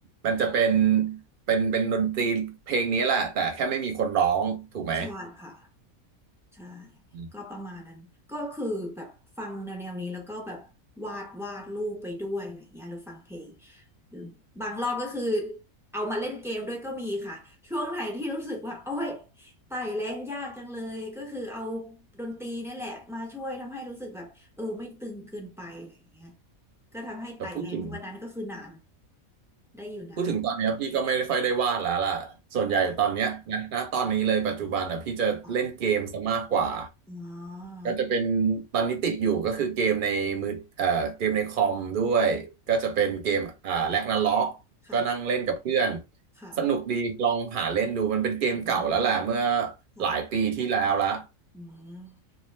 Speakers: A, on the right; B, in the centre.
A: มันจะเป็นเป็นเป็นดนตรีเพลงนี้แหละแต่แค่ไม่มีคนร้องถูกไหม
B: ใช่ค่ะ ใช่
A: อืม
B: ก็ประมาณนั้นก็คือแบบฟังแนวๆนี้แล้วก็แบบวาดวาดรูปไปด้วยอะไรเงี้ยหรือฟังเพลงหรือบางรอบก็คือเอามาเล่นเกมด้วยก็มีค่ะช่วงไหนที่รู้สึกว่าโอ้ยไต่แรงยากจังเลยก็คือเอาดนตรีนี่แหละมาช่วยทำให้รู้สึกแบบเออไม่ตึงเกินไปอะไรเงี้ยก็ทำให้ไต่แรงวันนั้นก็คือนาน
A: แต่พูดถึง
B: ได้อยู่นาน
A: พูดถึงตอนเนี้ยพี่ก็ไม่ค่อยได้วาดแล้วล่ะส่วนใหญ่ตอนเนี้ยนะนะตอนนี้เลยปัจจุบันอ่ะพี่จะเล่นเกมซะมากกว่า
B: ค่ะค่ะอ๋อ
A: ก็จะเป็นตอนนี้ติดอยู่ก็คือเกมในมือเอ่อเกมในคอมด้วยก็จะเป็นเกมอ่าแร็กนาร็อกก็นั่งเล่นกับเพื่อน
B: ค่ะค่ะ
A: สนุกดีลองหาเล่นดูมันเป็นเกมเก่าแล้วแหละเมื่อ
B: อืมค่ะ
A: หลายปีที่แล้วละ
B: อืม